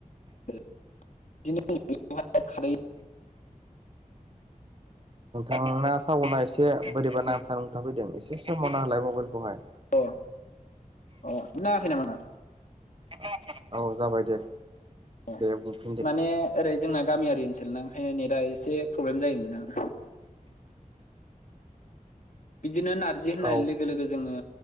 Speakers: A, on the left (about 65°); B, on the right (about 40°).
A: बिदिनो <unintelligible> खारै
B: आंना सावना एसे बोरैबा नांथार न थाफैदों एसे सोमावना होलाय मबाइलखौहाय
A: अ अ नांङाखि नामा नोंथां
B: <unintelligible> औ जाबाय दे
A: ए
B: दे बुंफिनदो
A: माने ओरै जोंना गामियारि ओनसोलना ओंखायनो नेटआ एसे प्रब्लेम जायो नोंथा बिदिनो नारजि होननाय
B: औ
A: लोगो लोगो जोङो